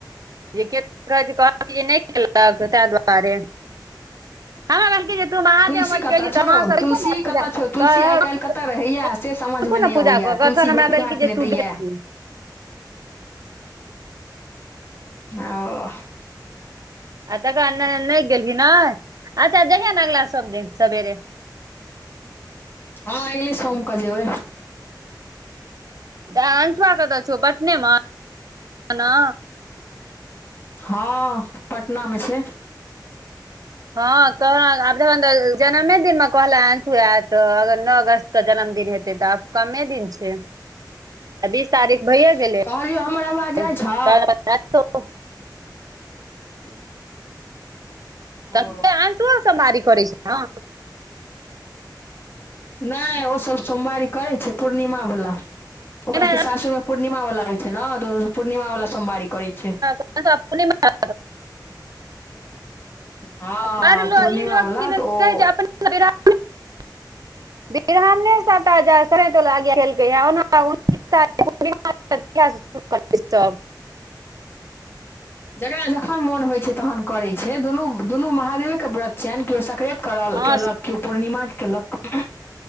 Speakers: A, on the right; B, on the left.
A: जे के कह <inaudible> नैय केलक तैऽ दुआरे। हमरा
B: <inaudible>
A: कहलकै जे तू महादेव
B: तुलसी
A: मठ
B: कतऽ
A: गेली
B: छौ?
A: तऽ माँ सब एलखुन
B: तुलसी
A: ने पूजा
B: कतऽ छौ? तुलसी
A: तऽ
B: आइ काइल्ह कतऽ रहैयाऽ से समझ
A: देखू
B: में नैय
A: ने पूजा
B: अबैयाऽ।
A: कऽ कऽ
B: तुलसी
A: तहन हमरा
B: भेटों
A: भेल
B: घाट
A: कि जे
B: नैय
A: तू
B: दै
A: गेलही
B: याऽ। हांऽओ।
A: आ तकऽ बाद न-नैय गेलहीं न? अच्छा जैइहैंऽ न अगला सब दिन सबेरे
B: हँ, ऐगले सोम कऽ जेबै।
A: दाय अंसुवा कतय छौ पटने मे नै?
B: हां पटना मे छै।
A: हां कहला आब जखन तऽ अ जन्मे दिन मे कहलै अंसु ऐत अगर नअ अगस्त के जन्मदिन हे ते तऽ आब कम्मे दिन छै। आय बीस तारीक भाईए गेलै,
B: कहलियौ हमर आवाज जाइ
A: <unintelligible>
B: छौ <inaudible>
A: त
B: ओ
A: हेगे अंसुवो सोमवारी करै छो?
B: नै ओ सब सोमवारी करै छै पूर्णिमा बला। ओकरा सके
A: ने
B: सासुरमे पूर्णिमा बला होय छै नै तऽ ओ पूर्णिमा बला सोमवारी करै छै।
A: <inaudible>
B: हँ
A: बड लो
B: पूर्णिमा
A: ई लोग
B: वाला
A: कि दन
B: तऽ ओ
A: नै कहै अपने में <unintelligible> ब्राह्मणै सबटा ज संक्रेत वला <unintelligible> केलके हें ओना उनतीस तारीख पूर्णिमा <unintelligible> <unintelligible> करतै सब।
B: जकरा जखन मोन होय छै तहन करय छै, दुनू-दुनू महादेवे के व्रत छीयैन कियो सक्रेत करल
A: हँ
B: कैलक कियो पूर्णिमाके कैलक